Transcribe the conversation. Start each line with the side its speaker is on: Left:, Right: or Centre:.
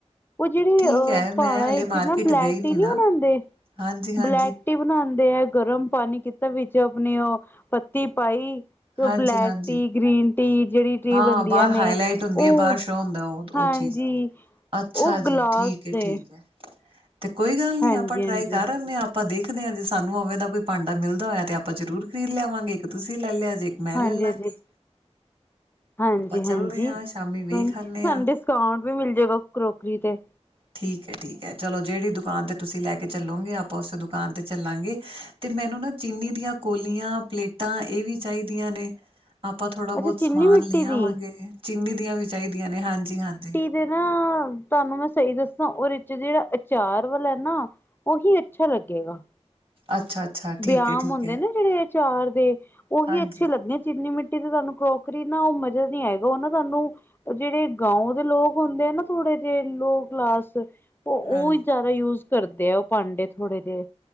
Left: ਉਹ ਜਿਹੜੇ
Right: ਠੀਕ ਹੈ ਮੈਂ
Left: ਪਹਾੜਾਂ
Right: ਹਲੇ
Left: ਵਿੱਚ
Right: ਮਾਰਕੀਟ
Left: ਬਲੈਕ
Right: ਗਈ
Left: ਟੀ ਨੀ
Right: ਨਾ
Left: ਬਣਾਉਦੇ,
Right: ਹਾਂਜੀ-ਹਾਂਜੀ।
Left: ਬਲੈਕ ਰਟੀ ਬਣਾਉਂਦੇ ਆ, ਗਰਮ ਪਾਣੀ ਕਿਤਾ, ਵਿੱਚ ਆਪਣੀ ਉਹ ਪੱਤੀ ਪਾਈ ਤੇ
Right: ਹਾਂਜੀ-ਹਾਂਜੀ
Left: ਉਹ ਬਲੈਕ ਟੀ, ਗ੍ਰੀਨ ਟੀ, ਜਿਹੜੀ ਟੀ
Right: ਹਾਂ
Left: ਬਣਦੀਆਂ
Right: ਬਾਹਰ
Left: ਨੇ
Right: ਹਾਈਲਾਈਟ ਹੁੰਦੀ
Left: ਉਹ
Right: ਹੈ, ਬਾਹਰ ਸ਼ੋਅ ਹੁੰਦਾ ਉਹ, ਉਹ
Left: ਹਾਂਜੀ
Right: ਚੀਜ਼ ਅੱਛਾ
Left: ਉਹ
Right: ਜੀ,
Left: ਗਲਾਸ
Right: ਠੀਕ ਹੈ
Left: ਦੇ
Right: ਠੀਕ ਹੈ, ਤੇ ਕੋਈ ਗੱਲ ਨੀ
Left: ਹਾਂਜੀ
Right: ਆਪਾਂ ਟਰਾਈ
Left: ਹਾਂਜੀ
Right: ਕਰ ਆਉਂਦੇ ਹਾਂ। ਆਪਾਂ ਦੇਖਦੇ ਹਾਂ। ਜੇ ਸਾਨੂੰ ਉਵੇਂ ਦਾ ਕੋਈ ਭਾਂਡਾ ਮਿਲਦਾ ਹੋਇਆ ਤਾਂ ਆਪਾਂ ਜ਼ਰੂਰ ਖਰੀਦ ਲਿਆਵਾਂਗੇ ਇੱਕ ਤੁਸੀਂ ਲੈ ਲਿਆ ਜੇ। ਮੈਂ
Left: ਹਾਂਜੀ
Right: ਲੈ
Left: ਹਾਂਜੀ
Right: ਗੀ।
Left: ਹਾਂਜੀ
Right: ਚੱਲਦੇ
Left: ਹਾਂਜੀ
Right: ਹਾਂ ਸ਼ਾਮੀ
Left: ਕੋਈ
Right: ਵੇਖ
Left: ਨੀ
Right: ਆਨੇ ਹਾਂ।
Left: ਸਾਨੂੰ ਡਿਸ ਕਾਰਡ ਵੀ ਮਿਲ ਜਾਏਗਾ ਕਰੋਕਰੀ ਤੇ
Right: ਠੀਕ ਹੈ ਠੀਕ ਹੈ, ਚਲੋ ਜਿਹੜੀ ਦੁਕਾਨ ਤੇ ਤੁਸੀਂ ਲੈ ਕੇ ਚੱਲੋਗੇ ਆਪਾਂ ਉਸ ਦੁਕਾਨ ਤੇ ਚੱਲਾਂਗੇ। ਤੇ ਮੈਨੂੰ ਨਾ ਚੀਨੀ ਦੀਆਂ ਕੋਲੀਆਂ ਪਲੇਟਾਂ ਇਹ ਵੀ ਚਾਹੀਦੀਆਂ ਨੇ। ਆਪਾਂ ਥੋੜਾ ਬਹੁਤ
Left: ਅੱਛਾ ਚੀਨੀ
Right: ਸਮਾਨ
Left: ਮਿੱਟੀ
Right: ਲੈ
Left: ਦੀ
Right: ਆਵਾਂਗੇ ਚੀਨੀ ਦੀਆਂ ਵੀ ਚਾਹੀਦੀਆਂ ਨੇ ਹਾਂਜੀ ਹਾਂਜੀ।
Left: ਜੇ ਨਾ ਤੁਹਾਨੂੰ ਮੈਂ ਸਹੀ ਦੱਸਾਂ ਉਹ ਰਿਚ ਜਿਹੜਾ ਅਚਾਰ ਵਾਲਾ ਨਾ ਉਹੀ ਅੱਛਾ ਲੱਗੇਗਾ।
Right: ਅੱਛਾ। ਅੱਛਾ ਠੀਕ
Left: ਵਿਆਮ
Right: ਹੈ ਠੀਕ
Left: ਹੁੰਦੇ
Right: ਹੈ
Left: ਨੇ ਨਾ ਜਿਹੜੇ ਆਚਾਰ ਦੇ ਉਹੀ
Right: ਹਾਂਜੀ
Left: ਅੱਛੇ ਲੱਗੇਦੇ ਜਿੰਨੀ ਮਿੱ ਤੇ ਕਰੋਕਰੀ ਨਾ ਉਹ ਮਜ਼ਾ ਨੀ ਆਏਗਾ ਉਹ ਨਾ ਸਾਨੂੰ ਜਿਹੜੇ ਗਾਉ ਦੇ ਲੋਕ ਹੁੰਦੇ ਆ ਨਾ ਥੋੜੇ ਜਿਹੇ ਲੋਅ ਕਲਾਸ ਉਹ
Right: ਹਾਂਜੀ
Left: ਜਿਆਦਾ ਯੂਜ ਕਰਦੇ ਆ ਉਹ ਭਾਂਡੇ ਥੋੜੇ ਜਿਹੇ